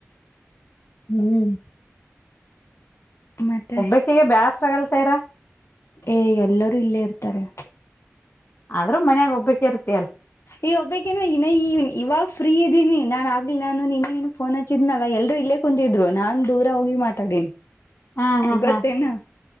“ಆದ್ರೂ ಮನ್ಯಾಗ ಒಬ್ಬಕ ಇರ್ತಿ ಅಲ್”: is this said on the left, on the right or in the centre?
Left